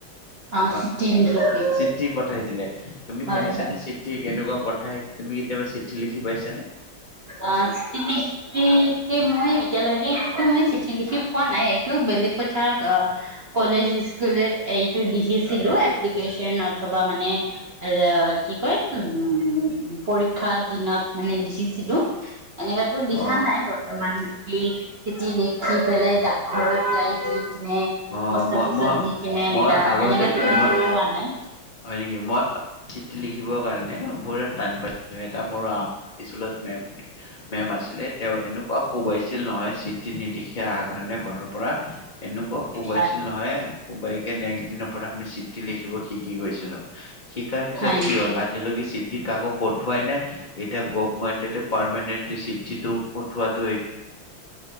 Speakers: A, on the right (about 45°); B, on the left (about 50°).
A: অ
B: তোমাক
A: চিঠি লিখিকে
B: চিঠি পঠাইছিলে তুমি
A: হয়
B: শুনিছানে
A: হয়।
B: চিঠি কেনেকুৱা পঠাই তুমি কেতিয়াবা চিঠি পুঠি লিখি পাইছে নে?
A: আ তিনি কি মই এতিয়ালৈকে সটো মই চিঠি লিখি পোৱা নাই এইটো বেলেগ কথা কলেজ স্কুলত এইটো লিখিছিলো, এপ্লিকেশ্যন অথবা মানে এ কি কয় উ পৰীক্ষাৰ দিনত মানে লিখিছিলোঁ। এনেকাতো লিখা
B: অ
A: নাই বৰ্তমান। লিখ চিঠী লেখি পেলাই ডাকঘৰ যাই যে। কিনে
B: অ
A: পুষ্টঅফিত
B: মই মই
A: দি কিনে এনেকা
B: মই আগতে
A: এনেকাতো লিখি
B: মই
A: পোৱা নাই।
B: হয় নেকি মই চিঠি লিখিব কাৰণে মোইও টান পাইছিলোঁ। এটা মোৰ স্কুলত মেম আছিলে তেওঁ এনেকুৱা কোবাইছিল নহয় চিঠি নিদিলি অহাৰ কাৰণে ঘৰৰ পৰা। এনেকুৱা কোবাইছিল
A: হয়
B: নহয়। কোবাই একে নেক্স দিনৰ পৰা আমি চিঠি লিখিব শিক। শিকি গৈছিলো। শিকাৰ পিছত
A: হয় নেকি
B: কি হ'ল আজিলৈকে চিঠি কাকো পঠুৱাই নাই এতিয়া গভমেণ্টে পাৰমেনেটলি চিঠি চিঠীটো পঠোৱাটো এই